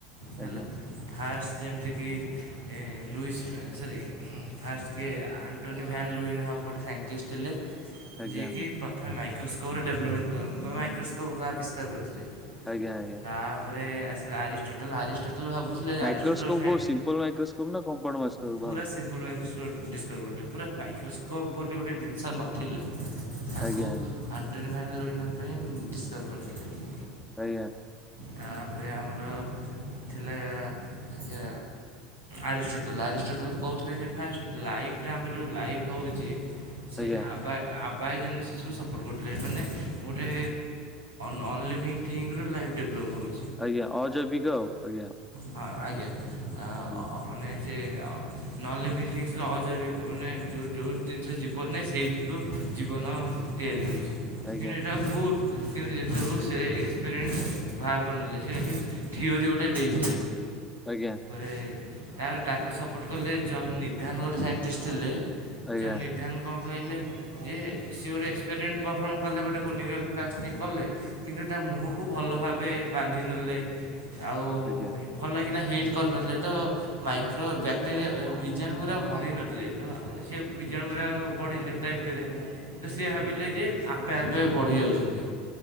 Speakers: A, on the right; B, in the centre.
A: ହେଲା
B: ଆଜ୍ଞା
A: ଫାସ କି ଏ ଲୁଇସ୍ ସରି ଉଁ। ଫାର୍ଷ୍ଟ କିଏ ଆଣ୍ଟୋନି ଭ୍ୟାନ୍ ଲୁଇନ୍ ହବ ଗୋଟେ ସାଇଣ୍ଟିଷ୍ଟ ଥିଲେ।
B: ଆଜ୍ଞା
A: ଯିଏକି ପ୍ରଥମେ ମାଇକ୍ରୋସ୍କୋପର ଡେଭଲପମେଣ୍ଟ କ ବ ମାଇକ୍ରୋସ୍କୋପ କୁ ଆବିଷ୍କାର କରିଥିଲେ।
B: ଆଜ୍ଞା ଆଜ୍ଞା।
A: ତାପରେ ଆସିଲେ ଆରିଷ୍ଟୋଟଲ ଆରିଷ୍ଟୋଟଲ ଭାବୁଥିଲେ
B: ମାଇକ୍ରୋସ୍କୋପ
A: ଆରିଷ୍ଟୋଟଲ ସାଇ
B: କୋଉ ସିମ୍ପଲ ମାଇକ୍ରୋସ୍କୋପ ନା କମ୍ପାଉଣ୍ଡ ମାଇସ୍କୋପ।
A: ପୁରା ସିମ୍ପଲ ମାଇସ୍କୋ ଡି-ଡିସ୍କଭର କରିଥିଲେ ପୁରା ମାଇକ୍ରୋସ୍କୋପ୍ ବୋଲି ଗୋଟେ ଜିନିଷ ନଥିଲା। ଆକୁ
B: ଆଜ୍ଞା ଆଜ୍ଞା
A: ଆଣ୍ଟୋନି ଭ୍ୟାନ ଲୁଇନ ହଁ ଙ୍କ ହିଁ ଡିସକଭର୍ କରିଥିଲେ।
B: ସେୟା।
A: ତାପରେ ଆମର ଥିଲା ଯେ ଆରିଷ୍ଟୋଟଲ ଆରିଷ୍ଟୋଟଲ କହୁଥିଲେ ଯେ ଫାଷ୍ଟ ଲାଇଫ୍ଟା ଆମର ଯେଉଁ ଲାଇଫ୍ ହେଉଛି ସେ
B: ଆଜ୍ଞା
A: ଆ ବା ଆ ବାଏ ଜେନେସିସ୍କୁ ସପୋର୍ଟ କରୁଥିଲେ ମାନେ ଗୋଟେ ନନ୍ ଲିଭିଙ୍ଗ ଥିଙ୍ଗରୁୁ ଲାଇଫ୍ ଡେଭଲପ୍ ହୁଏ।
B: ଆଜ୍ଞା ଅଜୈବିକ ଆଉ ଆଜ୍ଞା।
A: ହଁ ଆଜ୍ଞା। ଅ
B: ହୁଏ।
A: ମାନେ ସେ ନହଲେ ବି ଠିକ୍ସ ଅଜୈବିକ ମାନେ ଯେଉ ଯେଉଁ ଜିନିଷ ଯିବନ ନାହିଁ ସେଇଥିରୁ। ଜୀବନ ତିଆରି ହେଉଛି
B: ଆଜ୍ଞା
A: କିନ୍ତୁ ଏଇଟା ଭୁଲ। କିନ୍ତୁ ଯେତେବେଳ ସେ ଏକ୍ସପେରିଏନ୍ସ ବାହାର କରିନେଲେ ସେଠି ଥିଓରି ଗୋଟେ ଦେଇଥିଲେ।
B: ଆଜ୍ଞା।
A: ତାପରେ ତାକୁ ସପୋର୍ଟ କଲେ ଜନ୍ ନିଧାନ ଗୋଟେ ସାଇଣ୍ଟିଷ୍ଟ ଥିଲେ।
B: ଆଜ୍ଞା ଆଜ୍ଞା
A: ଯୋ ନିର୍ଦ୍ଧାର କଣ? କହିଲେ ଯେ ସିଏ ଗୋଟଏ ଏକ୍ସପେରିମେଣ୍ଟ୍ ପରଫର୍ମ କଲେ ଗୋଟେ କୋନିକାଲ୍ ଫ୍ଲାସ୍ ନେଇ କଲେ। କିନ୍ତୁ ତା ମୁହଁକୁ ଭଲ ଭାବେ ବାନ୍ଧିିନେଲେ ଆଉ
B: ଆଜ୍ଞା
A: ଭଲ କିନା ହିଟ୍ କରିନଥିଲେ ତ ମାଇକ୍ରୋ ବ୍ୟାକ୍ଟେରିଆ ଵୀଜାଣୁ ଗୁରା ମରି ନଥିଲେ ତ ସେ ଵୀଜାଣୁ ଗୁରା ବଢିଲେ ତା ଭିତରେ ତ ସିଏ ଭାବିଲେ ଯେ ଆପେ ଆପେ ବଢି ଯାଉଛନ୍ତି।